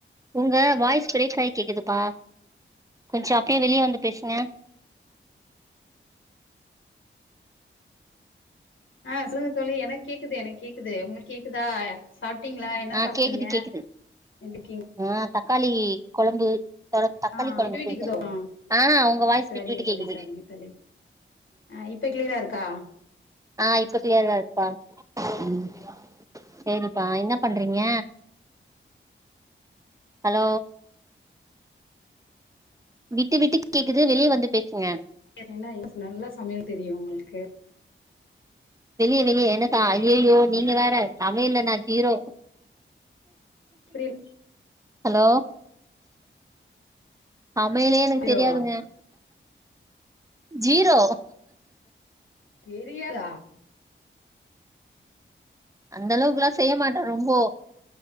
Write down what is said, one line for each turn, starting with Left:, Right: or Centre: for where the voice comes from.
Right: உங்க வாய்ஸ் பிரேக் ஆயி கேக்குதுப்பா கொஞ்ச அப்டியே வெளிய வந்து பேசுங்க
Left: ஆஹா சொல்லுங்க தோழி எனக் கேக்குது எனக் கேக்குது உங்குளுக் கேக்குதா சாப் டீங்களா என்ன
Right: ஆ
Left: சாப்ட்டீங்க
Right: கேக்குது கேக்குது
Left: எப்டிகிங்
Right: ஆ தக்காளி கொழம்பு த தக்காளி
Left: ஆ
Right: கொழம்பு
Left: விட்டு விட்டு
Right: செஞ்சே
Left: கேக்குதோ ஆ
Right: ஆஹ் உங்க வாய்ஸ்சு
Left: சரிங்க
Right: விட்டு விட்டு கேக்குது
Left: தோழி சரிங்க தோழி ஆ இப்ப கிளியரா இருக்கா
Right: ஆஹ் இப்ப கிளீயரா இருக்கு பா ம் சேரிப்பா என்னப் பண்றீங்க ஹலோ விட்டு விட்டுக் கேக்குது வெளிய வந்து பேசுங்க
Left: என்ன என்னச் நல்லா சமையல் தெரியு உங்குளுக்கு
Right: வெளிய வெளியே என்னக்கா ஐயயோ நீங்க வேற சமையில்ல நா சீரோ
Left: புரியல
Right: ஹலோ சமையலே எனக்கு
Left: ஜீரோவா
Right: தெரியாதுங்க ஜீரோ
Left: தெரியாத
Right: அந்த அளவுக்குல்லா செய்ய மாட்டா ரொம்போ